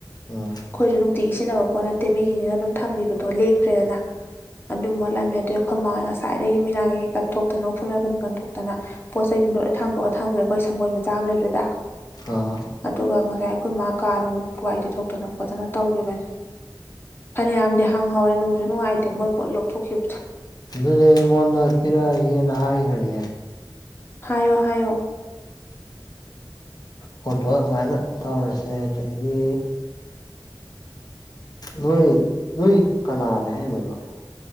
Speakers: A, on the left; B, on the left.
A: ꯎꯝ
B: ꯑꯩꯈꯣꯏꯁꯨ ꯅꯨꯡꯇꯤꯒꯤ ꯁꯤꯖꯤꯟꯅꯕ ꯄꯣꯠ ꯅꯠꯇꯦ ꯃꯤꯒꯤꯅꯤꯅ ꯑꯗꯨꯝ ꯊꯝꯈꯤꯕꯗꯣ ꯂꯦꯡꯗ꯭ꯔꯦꯗꯅ ꯑꯗꯨꯝ ꯃꯣꯠꯂꯝꯃꯦ ꯑꯗꯨ ꯑꯩꯈꯣꯏ ꯃꯥꯥꯍꯣꯌ ꯉꯁꯥꯏꯗꯒꯤ ꯃꯤꯔꯥꯡ ꯀꯩ ꯀꯩ ꯀꯠꯊꯣꯛꯇꯅꯣ ꯎꯐꯨꯟ ꯋꯥꯏꯐꯨꯟ ꯀꯟꯊꯣꯛꯇꯅ ꯄꯣꯠ ꯆꯩꯁꯤꯡꯗꯣ ꯂꯣꯏ ꯊꯥꯡꯗꯣꯛꯑ ꯊꯝꯈ꯭ꯔꯦꯗꯅ ꯑꯩꯈꯣꯏ ꯁꯪꯒꯣꯏ ꯃꯆꯥ ꯑꯃ ꯂꯩꯕꯗꯨꯗꯥ
A: ꯑꯣ
B: ꯑꯗꯨꯒ ꯉꯁꯥꯏ ꯑꯩꯈꯣꯏ ꯃꯥ ꯀꯥ ꯅꯨꯡ ꯋꯥꯏ ꯇꯩꯊꯣꯛꯇꯅ ꯈꯣꯠꯇꯅ ꯇꯧꯈꯤꯕꯅꯤ ꯐꯅꯌꯥꯝꯗꯤ ꯍꯥꯡꯍꯥꯎꯔꯦ ꯅꯨꯡꯁꯨ ꯅꯨꯡꯉꯥꯏꯇꯦ ꯃꯣꯏ ꯄꯣꯠ ꯂꯧꯊꯣꯛꯈꯤꯕꯗꯣ
A: ꯑꯗꯨꯗꯤ ꯑꯩꯉꯣꯟꯗ ꯄꯤꯔꯛꯑꯒꯦꯅ ꯍꯥꯏꯈ꯭ꯔꯒꯦ
B: ꯍꯥꯏꯌꯣ ꯍꯥꯏꯌꯣ
A: ꯄꯣꯠꯇꯣ ꯑꯗꯨꯃꯥꯏꯅ ꯇꯧꯔꯁꯦ ꯑꯗꯒꯤ ꯅꯣꯏ ꯅꯣꯏ ꯀꯅꯥꯅꯦ ꯍꯥꯏꯅꯣ ꯑꯗꯣ